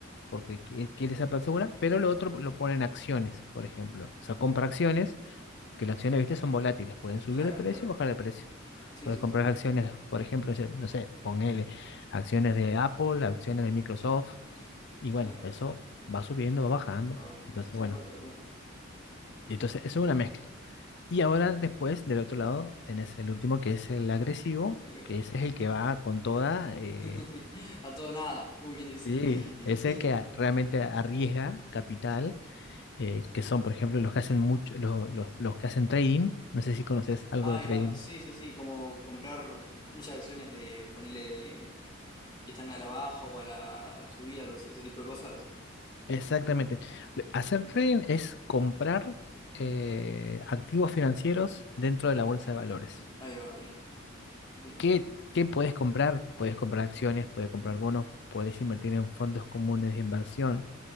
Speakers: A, on the left (about 60°); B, on the left (about 25°).
A: porque qui- quiere esa plata segura, pero lo otro lo pone en acciones, por ejemplo. O sea, compra acciones, que las acciones, viste, son volátiles, pueden subir
B: claro,
A: de precio
B: claro.
A: o bajar de precio.
B: Sí,
A: Puedes
B: sí,
A: comprar
B: sí,
A: acciones, por ejemplo, ese- no sé, ponele acciones de Apple, acciones de Microsoft y bueno,
B: claro.
A: eso va subiendo, va bajando.
B: Trabajando,
A: Entonces,
B: tal
A: bueno,
B: cual, tal cual.
A: entonces eso es una mezcla. Y ahora después, del otro lado, tenés el último que es el agresivo,
B: Claro.
A: que ese es el que va con toda. eh,
B: <laughs> A todo nada, como quien dice.
A: sí,
B: <laughs>
A: es el que a- realmente arriesga capital, eh, que son, por ejemplo, los que hacen mucho, los, los, los que hacen trading. No sé si conoces algo
B: Ahí
A: de trading.
B: va, sí, sí, sí, como comprar muchas acciones de, ponerle de, que están a la baja o a la subida, o ese ese tipo de cosas.
A: Exactamente. Lo- Hacer trading es comprar eh, activos financieros dentro de la bolsa de valores.
B: Ahí va, bien, bien.
A: ¿Qué, qué puedes comprar? Puedes comprar acciones, puedes comprar bonos, puedes invertir en fondos comunes de inversión,